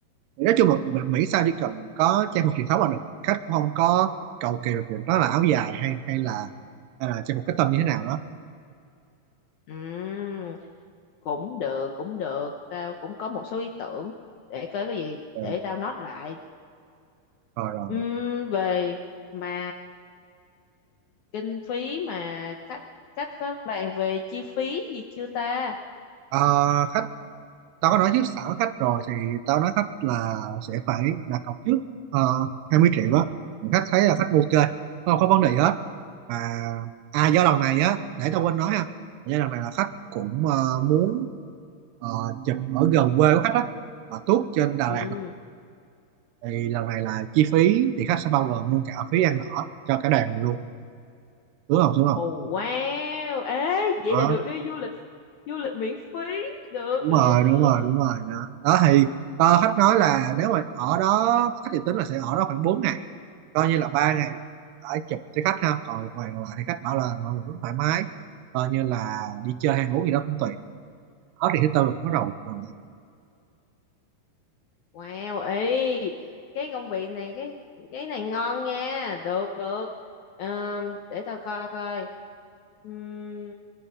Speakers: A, on the right; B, on the left.
A: Thì nói chung là Mỹ sao chỉ cần có trang phục truyền thống là được khách cũng không có cầu kỳ về việc đó là áo dài hay hay là hay là trang phục cách tân như thế nào đó
B: ừm, cũng được cũng được tao cũng có một số ý tưởng để coi cái gì
A: ừ.
B: để tao note lại
A: rồi rồi
B: Ừm,
A: rồi
B: về mà kinh phí mà cách cách có bàn về chi phí gì chưa ta
A: Ờ, khách tao có nói trước sẵn với khách rồi thì tao nói khách là sẽ phải đặt cọc trước uh, 20 triệu á Thì khách thấy là khách ok không có vấn đề gì hết và à do lần này á để tao quên nói ha do lần này là khách cũng ờ, muốn ờ, chụp ở gần quê của khách á là tuốt trên Đà
B: ừ
A: Lạt thì lần này là chi phí thì khách sẽ bao gồm luôn cả phí ăn ở cho cả đoàn mình luôn đúng không đúng không
B: ồ wow ê vậy
A: đó
B: là được đi du lịch du lịch miễn phí được
A: đúng
B: được
A: rồi
B: được
A: đúng rồi đúng rồi đó đó thì ờ, khách nói là nếu mà ở đó khách dự tính là sẽ ở đó khoảng bốn ngày coi như là ba ngày là đã chụp cho khách ha còn một ngày còn lại thì khách bảo là mọi người cứ thoải mái coi như là đi chơi ăn uống gì đó cũng tùy đó thì thứ tư là bắt đầu mà
B: wow ê cái công việc này cái cái này ngon nha được được Ờm, để tao coi coi Ừm,